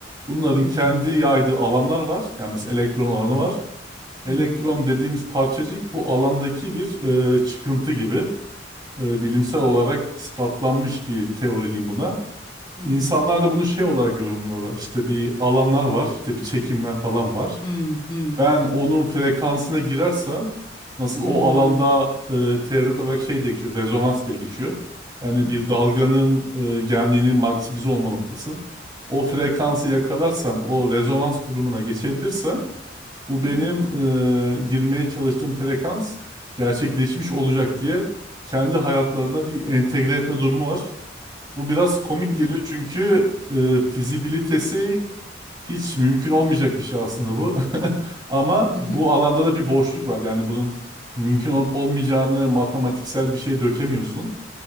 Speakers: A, on the right (about 25°); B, on the left (about 25°).
A: Bunların
B: Hı
A: kendi
B: hı.
A: yaydığı alanlar var. Yani mesela elektron alanı var. Elektron
B: Hı hı.
A: dediğimiz parçacık bu alandaki bir e, çıkıntı gibi. E, bilimsel olarak ispatlanmış bir teori diyeyim buna.
B: Hı hı.
A: İnsanlar da bunu şey olarak yorumluyorlar. İşte bir alanlar var, işte bir çekimler falan var.
B: Hı hı. Hı
A: Ben
B: hı.
A: onun frekansına girersem nasıl
B: Hmm.
A: o alanda e, teorik olarak şey diye geçiyor, rezonans diye geçiyor. Yani
B: Hı hı.
A: bir dalganın e, genliğinin maksimize olma noktası. O frekansı yakalarsam, o rezonans durumuna geçebilirsem bu benim
B: Hı hı.
A: e, girmeye çalıştığım frekans gerçekleşmiş olacak diye kendi hayatlarına bir entegre etme durumu var. Bu biraz komik
B: Hmm.
A: geliyor çünkü e, fizibilitesi hiç mümkün olmayacak bir şey aslında bu. <laughs> Ama
B: Hı hı.
A: bu alanda da bir boşluk var. Yani bunun mümkün olup olmayacağını matematiksel bir şey dökemiyorsun.